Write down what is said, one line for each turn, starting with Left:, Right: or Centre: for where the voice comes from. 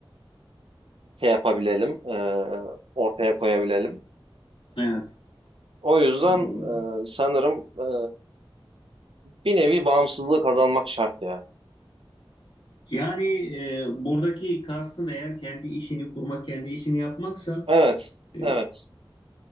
Right: şey yapabilelim, eee, ortaya koyabilelim.
Left: evet.
Right: O yüzden
Left: Hmm.
Right: e, sanırım e, bir nevi bağımsızlığı kazanmak şart ya.
Left: Yani e, buradaki kastın eğer kendi işini kurmak, kendi işini yapmaksa
Right: Evet,
Left: e,
Right: evet.